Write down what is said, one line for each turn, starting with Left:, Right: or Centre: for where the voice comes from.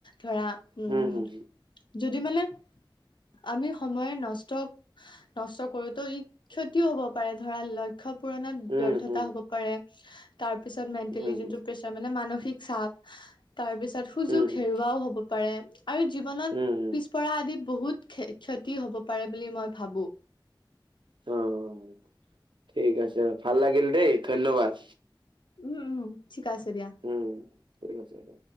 Left: ধৰা উম'
Right: হম হম
Left: যদি মানে আমি সময় নষ্ট নষ্ট কৰোতো, ই ক্ষতিও হ'ব পাৰে, ধৰা <unintelligible> লক্ষ্য পূৰণত
Right: উম
Left: ব্যৰ্থতা
Right: হম
Left: হ'ব পাৰে, তাৰপিছত মেণ্টেলিযোনটো
Right: হম
Left: পে তাৰমানে মানসিক চাপ তাৰ পিছত সুযোগ
Right: হম হম
Left: হেৰুৱাও হ'ব পাৰে আৰু জীৱনত
Right: হম
Left: পিছপৰা আদি বহুত ক্ষ-ক্ষতি হ'ব পাৰে বুলি মই ভাবোঁ।
Right: অ' অ' ঠিক আছে, ভাল লাগিল দেই ধন্যবাদ।
Left: উম' উম' ঠিক আছে দিয়া।
Right: উম'‌ ঠিক আছে দে।